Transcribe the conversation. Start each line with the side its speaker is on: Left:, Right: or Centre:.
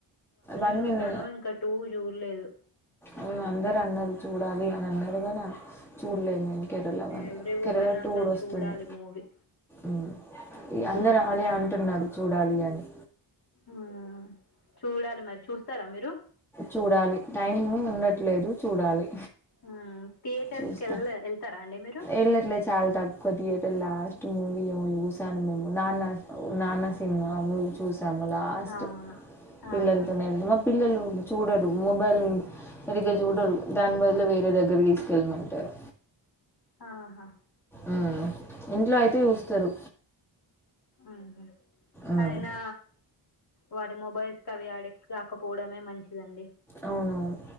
Centre: వన్
Left: చూసాను
Centre: నే
Left: ఇంకా టూ చూడలేదు
Centre: అవును అందరు అన్నారు చూడాలి అని అన్నారు గని చూడలేదు నేను Kerala one
Left: every
Centre: Kerala
Left: women అసలు
Centre: two గూడా వస్తుంది
Left: చూడాలి మూవీ
Centre: ఉమ్ ఇగ
Left: చూస్తే
Centre: అందరు అదే అంటున్నారు చూడాలి ఇగ అని
Left: ఉమ్ చూడాలి మరి చూస్తారా మీరు
Centre: చూడాలి టైము ఉండట్లేదు చూడాలి
Left: మ్మ్ థియేటర్స్
Centre: చూస్తా
Left: కి వెళ్ళ వెళ్తారా అండి మీరు
Centre: ఎళ్ళట్లేదు చాలా తక్కువ థియేటర్ లా మూవి లో చూసాన్ నిన్ నాన్న ఉ నానా సినిమా చూస్ అమ్మ లాస్ట్
Left: అవును
Centre: పిల్లలతోని
Left: ఆహా
Centre: ఎల్లి చూడరు మొబైల్ సరిగ్గా చూడరు దాని బదులు వే వేరే దగ్గరికి తీసుకెళ్ళమంటారు
Left: ఆహా
Centre: ఉమ్ ఇంట్లో అయితే చూస్తారు
Left: ఉహు
Centre: ఉమ్.
Left: అయినా వాడి మొబైల్స్ కవి అడిక్ట్ కాకపోవడమే మంచిదండి.
Centre: అవునవును